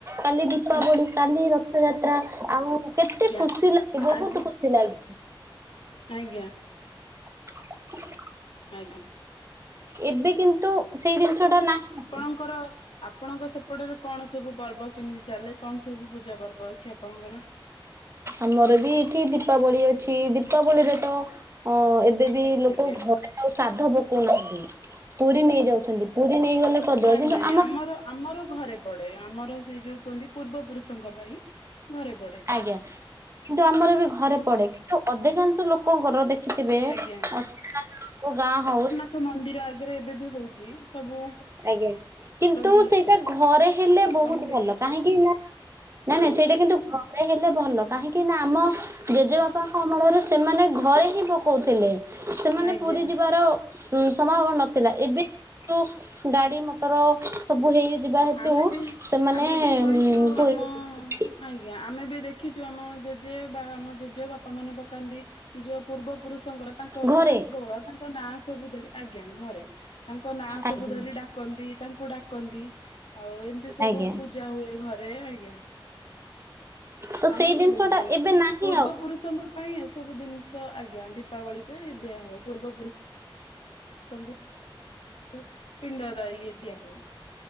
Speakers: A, on the right; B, on the left.
A: କାଲି ଦୀପାବଳି
B: ଆଜ୍ଞା
A: କାଲି ରଥଯାତ୍ରା ଆଉ କେତେ ଖୁସି
B: ଆଜ୍ଞା
A: ଲାଗିବ ବହୁତ
B: ଆଜି
A: ଖୁସି ଲାଗେ।
B: ଆଜ୍ଞା।
A: <inaudible>
B: ଆଜ୍ଞା।
A: ଏବେ କିନ୍ତୁ ସେଇ ଜିନିଷଟା ନାହିଁ
B: ଙ୍କର। ଆପଣଙ୍କ ସେପଟରେ କଣ ସବୁ ପର୍ବ କେମିତି ଚାଲେ କଣ ସବୁ ପୂଜା ପର୍ବ ଅଛି ଆପଣଙ୍କର?
A: ଆମର ବି ଏଠି ଦୀପାବଳି ଅଛି ଦୀପାବଳିରେ ତ ଅ ଏବେ ବି ଲୋକ
B: ଆଜ୍ଞା
A: ଘରେ ଆଉ ସାଦ୍ଧ ପକଉନାହାନ୍ତି ପୁରୀ ନେଇଯାଉଛନ୍ତି ପୁରୀ ନେଇଗଲେ କରିଦବା
B: ନାଇଁ
A: କିନ୍ତୁ
B: ନାଇଁ
A: ଆମ
B: ଆମର ଆମର ଘରେ ପଡେ ଆମର ସେଇ ଯୋଉ କୁହନ୍ତି ପୂର୍ବ ପୁରୁଷଙ୍କ ପାଇଁ ଘରେ ପଡ଼େ।
A: ଆଜ୍ଞା କିନ୍ତୁ ଆମର ଏ ବି ଘରେ ପଡେ କିନ୍ତୁ ଅଧିକାଂଶ ଲୋକଙ୍କର ଦେଖ ଦେଖିବେ
B: ଆଜ୍ଞା
A: ସବୁ ଗାଁ ହଉ
B: ତ ମନ୍ଦିର ଆଗରେ ଏବେ ବି ହଉଛି ସବୁ
A: ଆଜ୍ଞା
B: କରନ୍ତି
A: କିନ୍ତୁ ସେଇଟା ଘରେ ହେଲେ
B: ଲୋକ
A: ବହୁତ
B: ଆମେ ଦେଖିଛୁ
A: ଭଲ କାହିଁକି ନା ନାଇଁ ନାଇଁ ସେଇଟା କିନ୍ତୁ ଘରେ ହେଲେ ଭଲ କାହିଁକି ନା ଆମ ଜେଜେବାପାଙ୍କ ଅମଳରେ ସେମାନେ ଘରେ ହିଁ ପକଉଥିଲେ। ସେମାନେ
B: ଆଜ୍ଞା
A: ପୁରୀ ଯିବାର ଉ ସମ୍ଭାବନା ନଥିଲା ଏବେ କିନ୍ତୁ ଗାଡି ମଟର ସବୁ ହେଇଯିବା ହେତୁ
B: ଆମେ ବି
A: ସେମାନେ
B: ଆମେ ବି ଶୁଣିଛୁ
A: ପୁରୀ
B: ଆମ ଆଜ୍ଞା ଆମେ ବି ଦେଖିଛୁ ଆମ ଜେଜେ ବା ଆମ ଜେଜେ ବାପାମାନେ ପକାନ୍ତି। ନିଜ ପୂର୍ବ ପୁରୁଷଙ୍କର ତାଙ୍କ ବାପ
A: ଘରେ
B: ତା ବାପା ତାଙ୍କ ନାଁ ସବୁ ଧରି ଆଜ୍ଞା ଘରେ। ତାଙ୍କ ନାଁ ସବୁ
A: ଆଜ୍ଞା
B: ଧରି ଡାକନ୍ତି ତାଙ୍କୁ ଡାକନ୍ତି ଆଉ ଏମିତି ସବୁ
A: ଆଜ୍ଞା
B: ପୂଜା ହୁଏ ଘରେ ଆଜ୍ଞା।
A: ତ
B: ଆମେ
A: ସେଇ
B: ସବୁ
A: ଜିନିଷ
B: ଦେଖିଛୁ
A: ଟା ଏବେ ନାହିଁ
B: ପୂର୍ବ
A: ଆଉ
B: ପୁରୁଷଙ୍କ ପାଇଁ ଏସବୁ ଜିନିଷ ଆଜ୍ଞା ଦୀପାବଳିରେ ଦିଆ ହୁଏ ପୂର୍ବପୁରୁଷ ସବୁ ସବୁ ପିଣ୍ଡ ଦିଆ ହୁଏ।